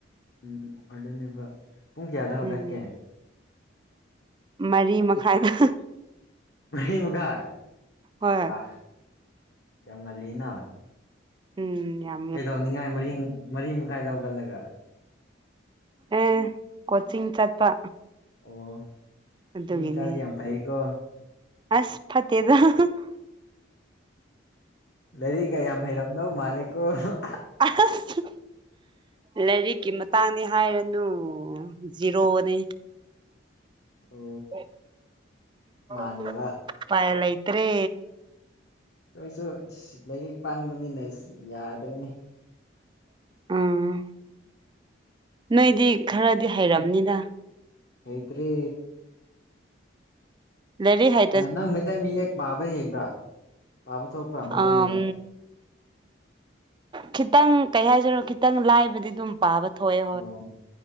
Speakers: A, on the left (about 60°); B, on the right (about 25°).
A: ꯎꯝ ꯑꯗꯨꯅꯦꯕ ꯄꯨꯡ ꯀꯌꯥꯗ ꯍꯧꯒꯠꯀꯦ
B: ꯎꯝ ꯃꯔꯤ ꯃꯈꯥꯏꯗ <unintelligible>
A: ꯃꯔꯤ ꯃꯈꯥꯏ
B: ꯍꯣꯏ
A: ꯋꯥ ꯌꯥꯝ ꯉꯜꯂꯤꯅ
B: ꯎꯝ ꯌꯥꯝ__
A: ꯀꯩꯗꯧꯅꯤꯡꯉꯥꯏ ꯃꯔꯤ ꯃꯔꯤ ꯃꯈꯥꯏꯗ ꯍꯧꯒꯠꯂꯒ
B: ꯎꯝ ꯀꯣꯆꯤꯡ ꯆꯠꯄ
A: ꯑꯣ
B: ꯑꯗꯨꯒꯤꯅꯦ
A: ꯃꯤꯃꯆꯥꯥꯗꯤ ꯌꯥꯝ ꯐꯩꯌꯦꯀꯣ
B: ꯑꯁ ꯐꯇꯦꯗ <unintelligible>
A: ꯂꯥꯏꯔꯤꯒ ꯌꯥꯝ ꯍꯩꯔꯝꯗꯧ ꯃꯥꯜꯂꯦꯀꯣ <unintelligible>
B: ꯑꯁ ꯂꯥꯏꯔꯤꯛꯀꯤ ꯃꯇꯥꯡꯅꯤꯅꯦ ꯍꯥꯏꯔꯗꯨꯕꯨ ꯑꯣ ꯖꯤꯔꯣꯅꯦ
A: ꯑꯣ
B: <unintelligible>
A: ꯃꯥꯟꯗꯕ
B: ꯄꯥꯏꯌꯜ ꯂꯩꯇ꯭ꯔꯦ
A: ꯅꯣꯏꯁꯨ ꯏꯁ ꯂꯥꯏꯔꯤꯛ ꯄꯥꯡꯕꯅꯤꯅ ꯏꯁ ꯌꯥꯗ꯭ꯔꯦꯅꯦ
B: ꯎꯝ ꯅꯣꯏꯗꯤ ꯈꯔꯗꯤ ꯍꯩꯔꯝꯅꯤꯗꯥ
A: ꯍꯩꯇꯔꯦ
B: ꯂꯥꯏꯔꯤ ꯍꯩ
A: ꯑ ꯅꯪ ꯃꯩꯇꯩ ꯃꯌꯦꯛ ꯄꯥꯕ ꯍꯩꯕ꯭ꯔꯥ ꯄꯥꯕ ꯊꯣꯛꯄ꯭ꯔꯥ ꯃꯩꯇꯩ
B: ꯑꯝ
A: ꯃꯌꯦꯛ
B: ꯈꯤꯇꯪ ꯀꯩ ꯍꯥꯏꯁꯤꯔꯣ ꯈꯤꯇꯪ ꯂꯥꯏꯕꯗꯤ ꯗꯨꯝ ꯄꯥꯕ ꯊꯣꯑꯦ
A: ꯑꯣ